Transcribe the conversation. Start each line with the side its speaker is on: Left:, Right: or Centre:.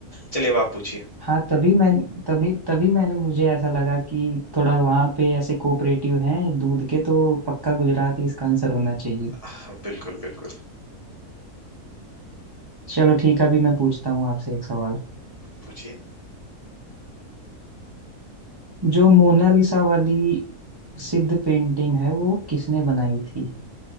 Left: चलिए अब आप पूछिए
Right: हाँ तभी मैं तभी तभी मैंने मुझे ऐसा लगा कि थोड़ा वहाँ पे ऐसे कोऑपरेटिव हैं दूध के तो पक्का गुजरात ही इसका आंसर होना चाहिए
Left: हाँ, बिल्कुल बिल्कुल
Right: चलो ठीक है अभी मैं पूछता हूँ आपसे एक सवाल
Left: पूछिए
Right: जो मोनालिसा वाली सिद्ध पेंटिंग है वो किसने बनाई थी